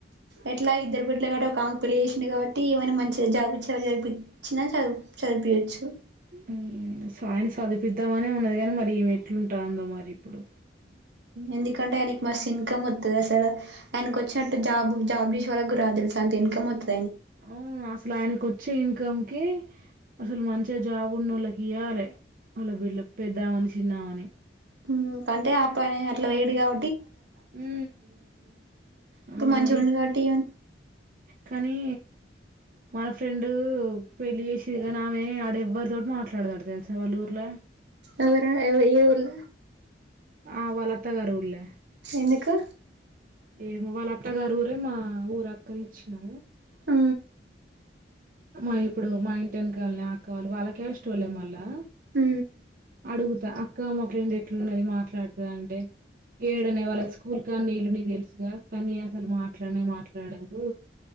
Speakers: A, on the right; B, on the right.
A: ఎట్లా ఇద్దరు బిడ్లు కాట్ట ఒక ఆకు పెళ్లి చేేసిాంది కాబట్టి ఏమన్న మంచిగా జాబచ్చ చదిపిించినా చదువు చదివయవచ్చు
B: ఉహు సాయన చదిపిద్దామనే ఉన్నది కాని మరి ఈమెట్లుంటాందో మరి ఇప్పుడు
A: ఎందుకంటే ఆయనకి మస్తు ఇన్కమ్ వతుంది అసలు ఆయనకు వచ్చినట్టు జాబ్ జాబ్ చేషే వాళ్కు రా తెలు స అంత ఇన్కమ్ వతుది
B: అవు అసలు ఆయనకు వచ్చే ఇ కమ్ కి అసలు మంచిగా జాబ్ ఉన్న ఒళ్ళకి ఇయ్వాలి వాళ్ళ బిడ్ళ పెద్దామని చిన్నామని
A: ఉ అంటే అ పయినే అట్లా వేడి కావ
B: ఉ
A: ఇప్పుడు
B: ఆ
A: మంచిగా ఉండు
B: ఇప్పు
A: కాబట్టి
B: కానీ మన ఫ్రెండు పెళ్లి చేసిరు కాని ఆమె ఆడెవ్వరితోటి మాట్లాడదట తెలుసా వల్లూర్ల
A: ఎవారు ఎవ ఏఊర్ల
B: ఆ వాళ్లత్తగారి ఊర్లో
A: ఎందుకు
B: ఏమో వాళ్ళ అత్తగారు ఊరే మా ఊరు అక్కని ఇచ్చినాము
A: ఉ
B: మా ఇప్పుడు మా ఇంటివేన్కాల ఆక్క వాళ్ళ క్యష్టోల్లే మళ్ళా
A: ఉ
B: అడుగుత అక్క అమ్మ ఫ్రెండ్ ఎట్లున్నది మాట్లాడుతదా అంటే ఏడనే వాళ్ళ స్కూల్ కానీ నీళ్లుని తెలుసుగా కానీ అసలు మాట్లాడ మాట్లాడదు